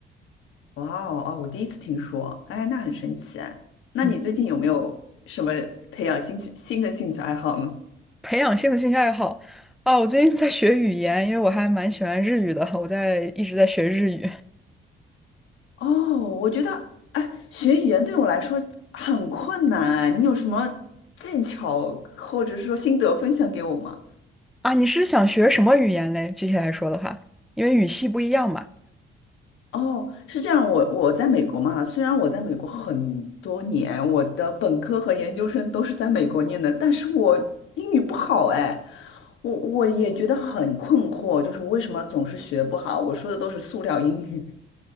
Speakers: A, on the left (about 80°); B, in the centre.
A: 哇哦哦，我第一次听说，哎，那很神奇哎那你最近有没有什么培养兴趣新的兴趣爱好呢？
B: 嗯，培养新的兴趣爱好啊，我最近在学语言，因为我还蛮喜欢日语的，我在一直在学日语
A: 哦，我觉得，哎，学语言对我来说很困难啊。你有什么技巧或者说心得分享给我吗？
B: 啊。你是想学什么语言嘞？具体来说的话，因为语系不一样嘛。
A: 哦，是这样，我我在美国嘛，虽然我在美国很多年，我的本科和研究生都是在美国念的，但是我英语不好哎，我我也觉得很困惑，就是为什么总是学不好？我说的都是塑料英语，